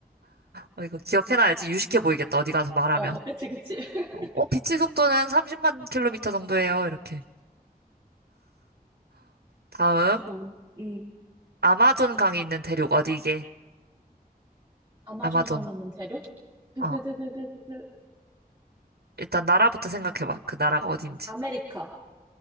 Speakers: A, on the right; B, on the right.
A: 어, 이거 기억해놔야지 유식해 보이겠다. 어디 가서 말하면.
B: 어, 어, 그치, 그치. <laughs>
A: 어, 빛의 속도는 30만 킬로미터 정도예요. 이렇게. 다음.
B: 좋은. 음.
A: 아마존 강이 있는 대륙 어디게?
B: 아마존
A: 아마존.
B: 강에 있는 대륙? 그,
A: 어,
B: 그, 그, 그, 그, 그, 그, 그,
A: 일단 나라부터 생각해봐. 그 나라가 어딘지.
B: 아메리카.